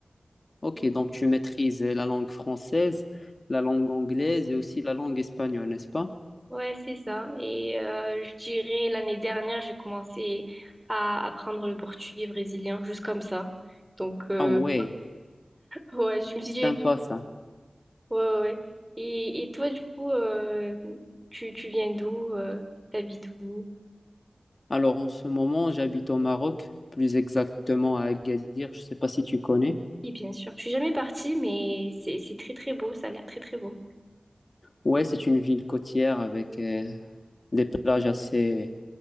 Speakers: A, on the left; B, on the right.
A: Ok,
B: Et-
A: donc tu maîtrises la langue française, la langue anglaise et aussi la langue espagnole, n'est-ce pas?
B: ouais, c'est ça. Et euh, je dirais, l'année dernière, j'ai commencé à apprendre le portugais brésilien, juste comme ça. Donc, euh,
A: Ah ouais,
B: ouais, je me suis dit,
A: sympa
B: écoute,
A: ça.
B: ouais, ouais. ouais. Et, et toi, du coup, euh, tu, tu viens d'où? euh, t'habites où?
A: Alors en ce moment, j'habite au Maroc, plus exactement à Agadir, je ne sais pas si tu connais.
B: Oui, bien sûr. Je suis jamais partie, mais c'est c'est très très beau. Ça a l'air très très beau.
A: Ouais, c'est une ville côtière avec euh, des plages assez,